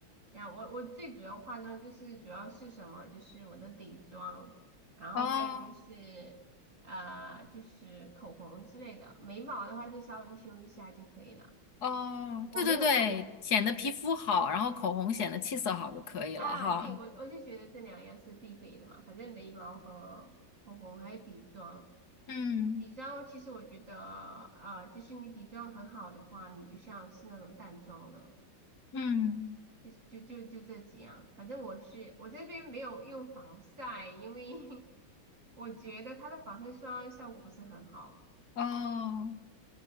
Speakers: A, on the right; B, on the left.
A: 像我我最主要化妆就是主要是什么，就是我的底妆，然后还有就是。
B: 哦
A: 呃，就是口红之类的，眉毛的话就稍微修一下就可以了。
B: 哦，
A: 我没有画眼
B: 对对对，显得皮肤好，然后口红显得气色好就可以了哈。
A: 啊，对，我我就觉得这两样是必备的嘛，反正眉毛和口红还有底妆。
B: 嗯
A: 底妆其实我觉得，呃，就是你底妆很好的话，你就像是那种淡妆了，
B: 嗯，
A: 就就就就这几样。反正我是我这边没有用防晒，因为 <laughs> 我觉得它的防晒霜效果不是很好。
B: 哦，